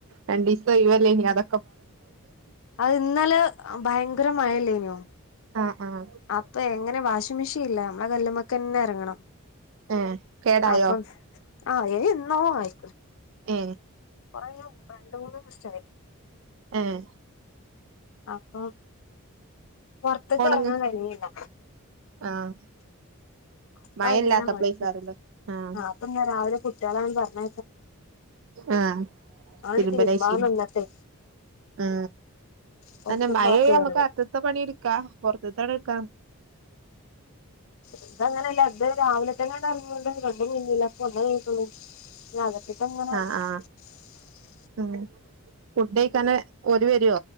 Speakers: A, on the right; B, on the left.
A: രണ്ടിസ ഇവല്ലേനി അത
B: ഇന്നലെ ഭയങ്കര മഴല്ലേന്യോ.
A: ആഹ് ആഹ്
B: അപ്പൊ എങ്ങനെ വാഷിംഗ് മെഷീൻ ഇല്ല, അമ്മളെ കല്ലുമ്മക്കെന്നെ ഇറങ്ങണം.
A: ഏഹ് കേടായോ
B: അപ്പം ആ ഐ എന്നോ ആയി
A: ഏ
B: കുറയും രണ്ട് മൂന്ന് ശരി
A: ഏഹ്
B: അപ്പൊ പൊറത്ത്ക്ക്‌
A: ഒണങ്ങ്
B: ഇറങ്ങാൻ കഴിണില്ല
A: ആഹ്
B: അപ്പൊ
A: മഴല്ലാത്തപ്പളേക്കാരല്ലേ
B: അങ്ങനെ മടിച്ചും
A: ആഹ്
B: ആ അപ്പൊ ഞാൻ രാവിലെ കുട്ടികള പറഞ്ഞ
A: ആ
B: ആണ്ട്
A: തിരുമ്പലേശി
B: തിരുമ്പാൻ നിന്നിട്ടേ
A: ആ
B: കൊറച്ചുമ്പാ
A: അന്നെ മഴ
B: കേറിയത്
A: നമ്മക്ക് അകത്തെ പണി എടുക്കാം പൊറത്ത്ത്തെ അവിടെ വെ ക്കാം
B: എന്താങ്ങന ഇല്ല അത് രാവിലെ തന്നെയാണ് ഇറങ്ങണ്ടത് രണ്ടും കഴിഞ്ഞില്ലാ ഇ പ്പൊ ഒന്നേ കഴിഞ്ഞിട്ടൊള്ളൂ. ഞ്ഞി അകത്ത് ങ്ങനെ
A: ആഹ്
B: <unintelligible>
A: ആഹ് ഉം ഫുഡഴിക്കാന് ഓല് വരോ